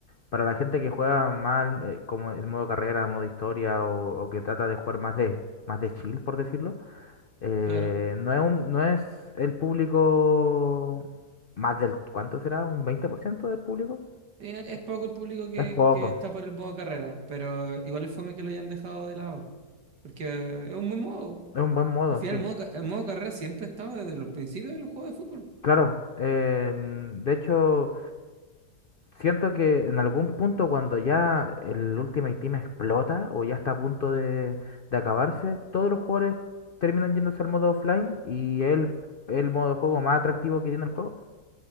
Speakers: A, on the left; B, on the right.
A: para la gente que juega mal, eh, como el modo carrera, modo historia, o, o que trata de jugar más de, más de chill, por decirlo, eh,
B: Claro.
A: no es un- no es el público más del, ¿cuánto será? ¿Un 20% del público?
B: Eh, es poco el público que,
A: Es poco,
B: que está por el modo carrera, pero igual es fome que lo hayan dejado de lado. Porque es un buen modo.
A: es un buen modo,
B: Al final,
A: sí.
B: el modo, ca- el modo carrera siempre ha estado desde los principios de los juegos de fútbol.
A: Claro, eh, de hecho... Siento que en algún punto cuando ya el Ultimate Team explota o ya está a punto de, de acabarse, todos los jugadores terminan yéndose al modo offline y es el, el modo de juego más atractivo que tiene el juego.